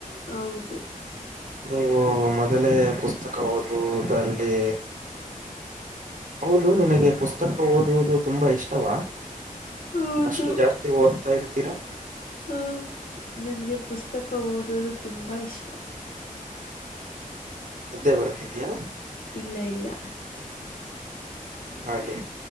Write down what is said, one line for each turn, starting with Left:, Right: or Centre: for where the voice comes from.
Left: ಹೌದು.
Right: ನೀವು ಮೊದಲೇ ಪುಸ್ತಕ ಓದುವುದಲ್ಲಿ ಹೌದು ನಿನಗೆ ಪುಸ್ತಕ ಓದುವುದು ತುಂಬಾ ಇಷ್ಟವಾ
Left: ಹೌದು
Right: ಅಷ್ಟು ಜಾಸ್ ತಿ ಓದ್ತಾ ಇರ್ತೀರಾ.
Left: ಹ್ಮ್ ನನ್ಗೆ ಪುಸ್ತಕ ಓದೋದು ತುಂಬಾ ಇಷ್ಟ.
Right: ನಿದ್ದೆ ಬರ್ತಿದಿಯಾ.
Left: ಇಲ್ಲ ಇಲ್ಲ
Right: ಹಂಗೆ